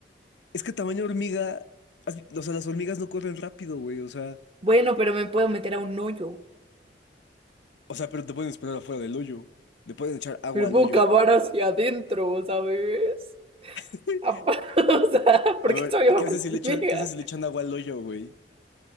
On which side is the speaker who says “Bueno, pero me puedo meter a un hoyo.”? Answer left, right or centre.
Right